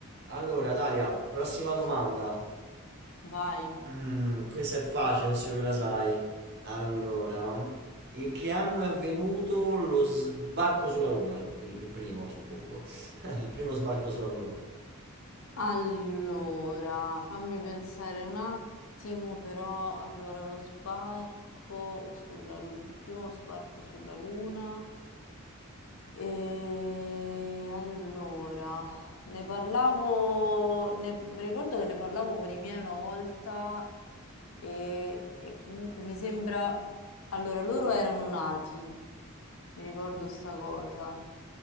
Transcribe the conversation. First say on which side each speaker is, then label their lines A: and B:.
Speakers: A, on the right; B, on the left.
A: Allora, Dalia, prossima domanda.
B: Vai.
A: Mm, questa è facile, se la sai. Allora, in che anno è avvenuto lo sbarco sulla Luna? Il, il primo, suppongo. <laughs> Il primo sbarco sulla Luna.
B: Allora, fammi pensare un attimo, però. Allora, lo sbarco sulla Luna, il primo sbarco sulla Luna. E allora, ne parlavo, ne- mi ricordo che ne parlavo con i miei una volta e, e comunque mi sembra, allora loro erano nati, mi ricordo sta cosa.